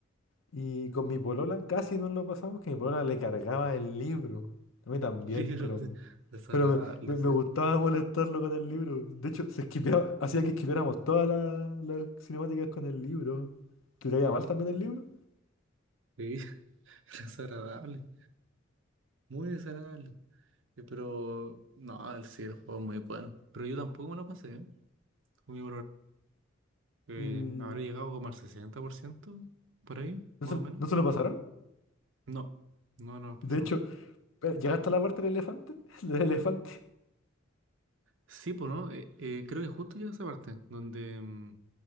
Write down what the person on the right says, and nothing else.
<laughs>
libros
desagradables,
sí.
Sí, <laughs> desagradable, muy desagradable. Eh, Pero, no, el sí, el juego es muy bueno. Pero yo tampoco me lo pasé, ¿eh? Con mi Eh,
habrá llegado como al sesenta por ciento por ahí,
más
o menos.
No, no, no ha pasado.
Sí, pues no, Eh, eh, creo que justo llega esa parte donde mm,